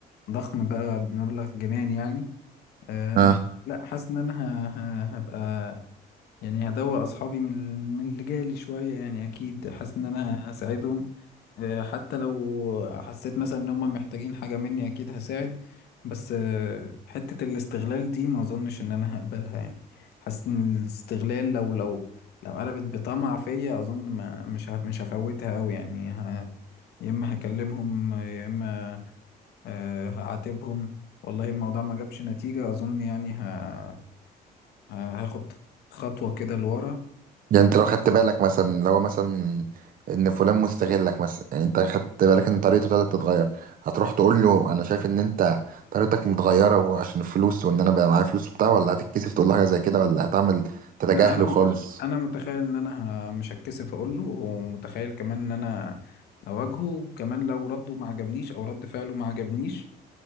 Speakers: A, on the left; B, on the right.
A: ضخم بقى مبلغ جنان يعني آه
B: اه
A: لا حاسس ان انا ه- ه- هبقى يعني هدوق اصحابي من ال- من اللي جالي شويه يعني اكيد حاسس ان انا هساعدهم آه، حتى لو حسيت مثلا ان هم محتاجين حاجه مني اكيد هساعد بس آه، حته الاستغلال دي ما اظنش ان انا هقبلها يعني حاسس ان الاستغلال لو لو لو قلبت بطمع فيا اظن ما مش هف- مش هفوتها قوي يعني ه- يا اما هكلمهم يا اما آه، هعاتبهم والله الموضوع ما جابش نتيجه اظن يعني ه- ه- هاخد خطوه كده لورا
B: يعني انت لو خدت بالك مثلا لو مثلا ان فلان مستغلك مثلا يعني انت خدت بالك ان طريقته ابتدت تتغير هتروح تقول له انا شايف ان انت طريقتك متغيره وعشان الفلوس وان انا بقى معايا فلوس وبتاع ولا هتتكسف تقول له حاجه زي كده ولا هتعمل تتجاهله
A: لا انا
B: خالص
A: انا متخيل ان انا ه- مش هتكسف اقول له ومتخيل كمان ان انا اواجهه وكمان لو رده ما عجبنيش او رد فعله ما عجبنيش